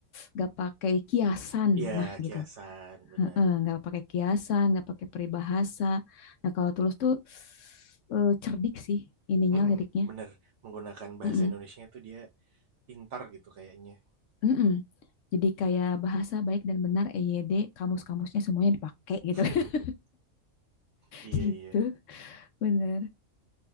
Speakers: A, on the left; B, on the right.
A: Nggak pakai kiasan.
B: Iya,
A: Nah,
B: kiasan,
A: gitu.
B: bener.
A: Heeh, nggak pakai kiasan, nggak pakai peribahasa. Nah, kalau Tulus tuh eh, cerdik sih ininya
B: Mhm,
A: liriknya.
B: bener, menggunakan bahasa
A: Mm-mm.
B: Indonesia tuh dia pintar gitu kayaknya.
A: Mm-mm. Jadi kayak bahasa baik dan benar EYD, kamus-kamusnya semuanya dipakai gitu.
B: <laughs>
A: <laughs>
B: Iya
A: Gitu,
B: iya.
A: bener.